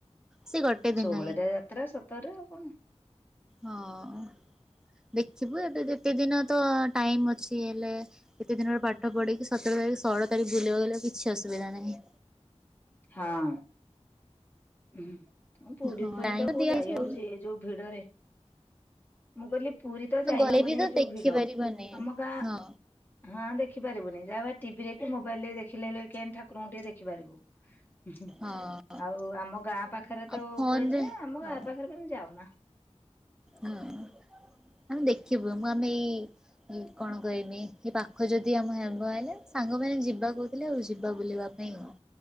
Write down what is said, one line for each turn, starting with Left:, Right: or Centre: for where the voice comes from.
Centre: ସେ ଗୋଟେ ଦିନ।
Left: ବଳଦେବ ଯାତ୍ରା ସତରରେ ଆଉ କଣ।
Centre: ହଁ ଦେଖିବୁ ଏବେ ଯେତେ ଦିନ ତ ଟାଇମ୍ ଅଛି ହେଲେ। ଏତେ ଦିନରେ ପାଠ ପଢିକି ସତର ତାରିଖ ଷୋଳତାରିଖ ବୁଲିବାକୁ ଗଲେ ଆଉ କିଛି ଅସୁବିଧା ନାହିଁ।
Left: ହଁ। ହୁଁ ପୁରୀ
Centre: ହଁ
Left: ଫୁରୀ
Centre: ଟାଇମ୍
Left: ତ କୋଉ
Centre: ଦିଆହେଇଛି
Left: ଯାଇ ହୋଉଚି
Centre: ଆଉ
Left: ଏଇ ଯୋଉ ଭିଡରେ। ମୁଁ କହିଲି ପୁରୀ ତ ଯାଇହବନେହିଁ
Centre: ଗଲେ ବି ତ
Left: ଏଇ ଯୋଉ
Centre: ଦେଖି
Left: ଭିଡ
Centre: ପାରିବାନି।
Left: ଆମ ଗାଁ
Centre: ହଁ
Left: ହଁ ଦେଖି ପାରିବୁନେହିଁ ଯାହାହୋଉ ଟିଭିଦେଖି ମୋବାଇଲେ ଦେଖିଲେ ହେଲେ କୋଇଆଣି ଠା ଠାରଙ୍କୁ ଟିକେ ଦେଖି ପାରିବୁ।
Centre: ହଁ
Left: ଆଉ ଆମ ଗାଁ ପାଖରେ
Centre: ଆଉ
Left: ତ
Centre: ଫୋନରେ
Left: ହୁଏ ଯେ ଆମ
Centre: ହଉ
Left: ଗାଁ ପାଖରେ କେବେ ଯାଉନା।
Centre: ହଁ ଆମେ ଦେଖିବୁ ମୁଁ ଆମେ ଏଇ କଣ କହିନି। ଏ ପାଖ ଯଦି ଆମ ହେବ ହେଲେ ସାଙ୍ଗମାନେ ଯିବା କହୁଥିଲେ ଆଉ ଯିବା ବୁଲିବା ପାଇଁ ଆଉ।